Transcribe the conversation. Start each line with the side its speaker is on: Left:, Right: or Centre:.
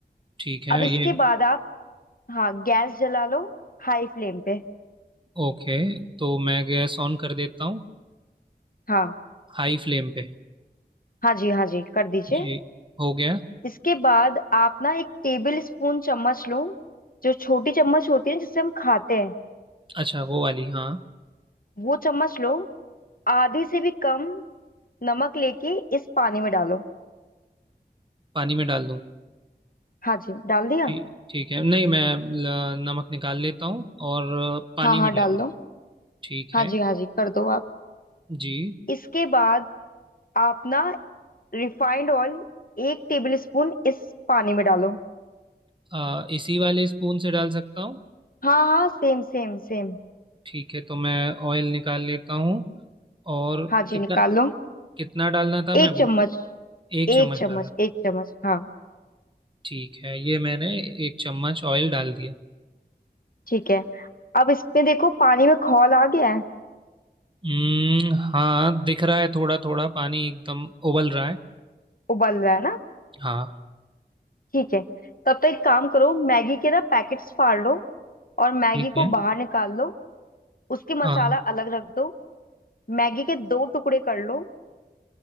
Right: ठीक है
Left: अब इसके
Right: ये
Left: बाद आप हाँ गैस जला लो हाई फ्लेम पे
Right: ओके तो मैं गैस ऑन कर देता हूँ
Left: हाँ
Right: हाई फ्लेम पे
Left: हाँ जी हाँ जी कर दीजिए
Right: जी हो गया
Left: इसके बाद आप ना एक टेबल स्पून चम्मच लो जो छोटी चम्मच होती है जिससे हम खाते हैं
Right: अच्छा वो वाली हाँ
Left: वो चम्मच लो आधे से भी कम नमक लेके इस पानी में डालो
Right: पानी में डाल दूँ
Left: हाँ जी डाल दिया
Right: ठीक ठीक है नहीं मैं ल- नमक निकाल लेता हूँ और पानी
Left: हाँ हाँ
Right: में डाल
Left: डाल
Right: देता
Left: दो
Right: हूँ ठीक
Left: हाँ
Right: है
Left: जी हाँ जी कर दो आप
Right: जी
Left: इसके बाद आप ना रिफाइंड ऑयल एक टेबल स्पून इस पानी में डालो
Right: आ, इसी वाले स्पून से डाल सकता हूँ
Left: हाँ हाँ सेम सेम सेम
Right: ठीक है तो मैं ऑयल निकाल लेता हूँ और
Left: हाँ जी
Right: कितना
Left: निकाल लो
Right: कितना डालना था
Left: एक
Right: मैं भूल
Left: चम्मच
Right: गया एक
Left: एक
Right: चम्मच
Left: चम्मच
Right: डाला
Left: एक चम्मच हाँ
Right: ठीक है ये मैंने एक चम्मच ऑयल डाल दिया
Left: ठीक है अब इसमें देखो पानी में खौल आ गया है
Right: हम्म हाँ दिख रहा है थोड़ा थोड़ा पानी एकदम उबल रहा है
Left: उबल रहा है ना
Right: हाँ
Left: ठीक है तब तक एक काम करो मैगी के ना पैकेट्स फाड़ लो और मैगी
Right: ठीक
Left: को
Right: है
Left: बाहर निकाल लो उसके
Right: हाँ
Left: मसाला अलग रख दो मैगी के दो टुकड़े कर लो